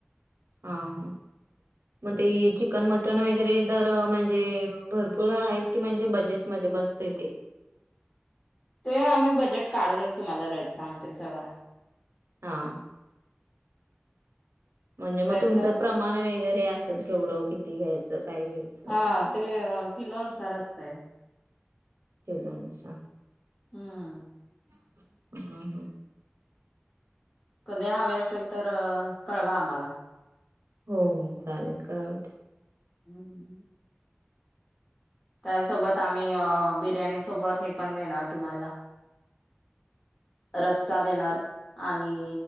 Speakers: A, on the right; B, on the left.
A: हा हा म ते चिकन मटन वगैरे दर म्हणजे भरपूर आहेत की म्हणजे बजेट मध्ये बसतय ते
B: ते आम्ही बजेट काढूनच तुम्हाला रेट सांगतोय सगळा
A: हा म्हणजे म
B: त्याच्या
A: तुमचं प्रमाण वगरे असेल केवढं किती घ्यायचं काय घ्यायचं
B: हा ते किलो नुसार असतंय
A: किलो नुसार
B: ह
A: हम. हम
B: कधी हवे असेल तर कळवा आम्हाला
A: हम हम चालेल कळवते
B: हम हम त्या सोबत आम्ही बिर्याणी सोबत हे पण देणार तुम्हाला रस्सा देणार आणि